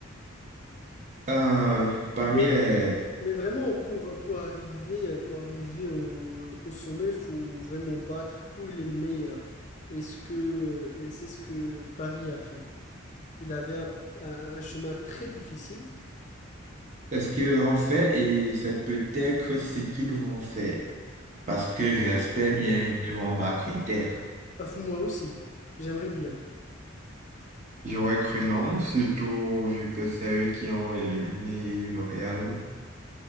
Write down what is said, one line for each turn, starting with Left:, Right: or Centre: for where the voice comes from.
Right: Euh, parmi
Left: Mais,
Right: les,
Left: mais vraiment, pour, pour arriver, pour arriver au, au sommet, il faut vraiment battre tous les meilleurs. Et ce que, et c'est ce que Paris a fait. Il avait un, un un chemin très difficile.
Right: les- ce qu'ils ont fait et c'est peut-être ce qu'ils vont faire. Parce que je l'espère bien, ils vont battre Inter.
Left: Ah, moi aussi. J'aimerais bien.
Right: J'aurais cru non, surtout vu que c'est eux qui ont éliminé le Real.